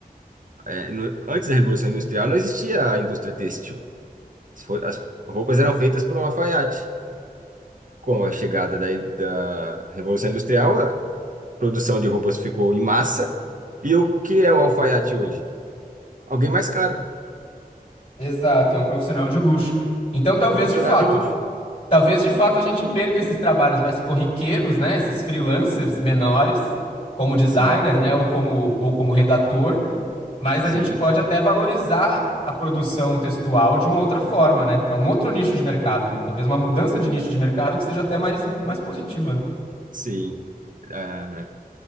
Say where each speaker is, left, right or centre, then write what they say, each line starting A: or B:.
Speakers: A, on the right; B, on the left.
A: É, no- antes da Revolução Industrial não existia a indústria têxtil. Se for- As roupas eram feitas por um alfaiate. Com a chegada da, da Revolução Industrial, produção de roupas ficou em massa. E o que é o alfaiate hoje? Alguém mais caro,
B: Exato, é um profissional de luxo. Então, talvez,
A: um profissional
B: de fato,
A: de luxo.
B: Talvez de fato a gente perca esses trabalhos mais corriqueiros, né? Esses freelancers menores, como designer,
A: Sim,
B: né? Ou como, ou como redator. Mas
A: sim,
B: a gente pode até valorizar a produção textual de uma outra forma, né? Para um outro nicho de mercado. Talvez uma mudança de nicho de mercado que seja até mais, mais positiva, né?
A: sim. Ah,